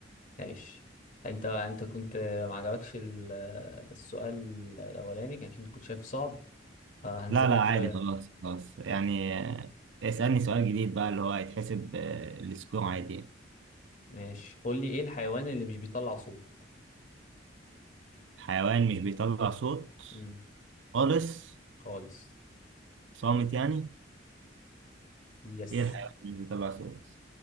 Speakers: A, on the left; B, on the right.
A: ماشي انت انت كنت ما عجبكش ال- السؤال الأولاني كان عشان كنت شايف صعب فهنزل
B: لا لا
A: لك
B: عادي
A: شوية
B: خلاص خلاص يعني آه، اسألني سؤال جديد بقى اللي هو هيتحسب آه، السكور عادي يعني.
A: ماشي قول لي ايه الحيوان اللي مش بيطلع صوت
B: حيوان مش بيطلع صوت
A: امم
B: خالص
A: خالص
B: صامت يعني
A: يس
B: ايه الحيوان اللي مش بيطلع صوت